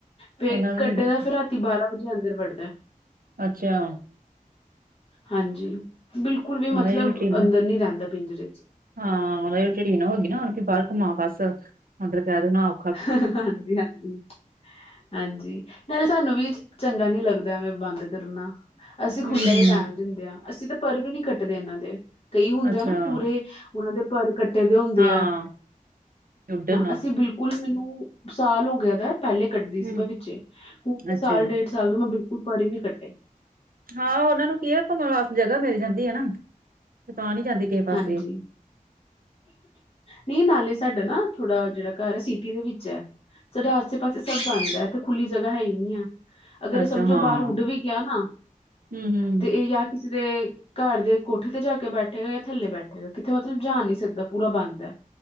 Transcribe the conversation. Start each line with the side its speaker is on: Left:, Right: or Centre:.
Left: ਫੇਰ
Right: ਉਹਨਾਂ ਨੂੰ
Left: ਕੱਢੇ ਦਾ ਫਿਰ ਰਾਤੀ ਬਾਰਾਂ ਵਜੇ ਅੰਦਰ ਵੜਦਾ।
Right: ਅੱਛਾ
Left: ਹਾਂਜੀ ਬਿਲਕੁਲ ਵੀ
Right: ਉਹਨਾਂ
Left: ਮਤਲਬ
Right: ਦੀ ਰੂਟੀਨ
Left: ਅੰਦਰ ਨੀ ਰਹਿੰਦਾ ਪਿੰਜਰੇ ਚ।
Right: ਹਾਂ ਨੋ ਨ ਨਾ ਬਾਹਰ ਘੁਮਾਓ ਬਸ ਅਦਰ ਵੜ ਨਾਂ।
Left: ਹਾਂਜੀ ਹਾਂਜੀ ਹਾਂਜੀ ਨਾਲੇ ਸਾਨੂੰ ਵੀ ਚੰਗਾ ਨੀ ਲੱਗਦਾ ਐਵੇਂ। ਬੰਦ ਕਰਨਾ ਅਸੀਂ ਖੁੱਲ੍ਹਾ
Right: ਹੂੰ ਹੂੰ
Left: ਹੀ ਰਹਿਣ ਦਿੰਦੇ ਹਾਂ ਅਸੀਂ ਤਾਂ ਪਰ ਵੀ ਨੀ ਕੱਟਦੇ ਇਹਨਾਂ ਦੇ। ਕਈ ਹੁੰਦੇ
Right: ਅੱਛਾ
Left: ਆ ਨਾ ਪੂਰੇ। ਉਹਨਾਂ ਦੇ ਪਰ ਕੱਟੇ ਦੇ ਹੁੰਦੇ
Right: ਹਾਂ
Left: ਆ
Right: ਉੱਡਣ ਨਾ
Left: ਅਸੀਂ ਬਿਲਕੁਲ। ਬਿਲਕੁਲ ਮੈਨੂੰ ਸਾਲ ਹੋ ਗਿਆ ਦਾ ਪਹਿਲੇ ਕੱਟਦੀ ਸੀ
Right: ਹੂੰ
Left: ਮੈਂ ਵਿੱਚੇ ਹੁਣ
Right: ਅੱਛਾ
Left: ਸਾਲ ਡੇਢ ਸਾਲ ਤੋਂ ਮੈਂ ਬਿਲਕੁਲ ਪਰ ਹੀ ਨੀ ਕੱਟੇ।
Right: ਹਾਂ ਉਹਨਾਂ ਨੂੰ ਕੀ ਹੈ ਘੁੰਮਣ ਵਾਸਤੇ ਜਗ੍ਹਾ ਮਿਲ ਜਾਂਦੀ ਹੈ ਨਾ ਤਾਂ ਨੀ ਜਾਂਦੀ ਕਿਸੇ ਪਾਸੇ।
Left: ਹਾਂਜੀ ਨਹੀਂ ਨਾਲੇ ਸਾਡਾ ਨਾ ਥੋੜਾ ਜਿਹੜਾ ਘਰ ਹੈ, ਸਿਟੀ ਦੇ ਵਿੱਚ ਹੈ। ਸਾਡਾ ਆਸੇ ਪਾਸੇ ਸਭ ਬੰਦ ਹੈ, ਤੇ ਖੁੱਲੀ ਜਗ੍ਹਾ ਹੈ ਹੀ ਨਹੀਂ ਹੈ। ਅਗਰ ਇਹ
Right: ਅੱਛਾ
Left: ਸਮਝੋ
Right: ਹਾਂ
Left: ਬਾਹਰ ਉੱਡ ਵੀ ਗਿਆ, ਨਾ
Right: ਹੂੰ ਹੂੰ
Left: ਤੇ ਇਹ ਆ ਕਿਸੇ ਦੇ ਘਰ ਦੇ ਕੋਠੇ ਤੇ ਜਾ ਕੇ ਬੈਠੇਗਾ, ਜਾਂ ਥੱਲੇ ਬੈਠੇਗਾ ਕਿੱਥੇ ਮਤਲਬ ਜਾ ਨੀ ਪੂਰਾ ਬੰਦਾ ਐ,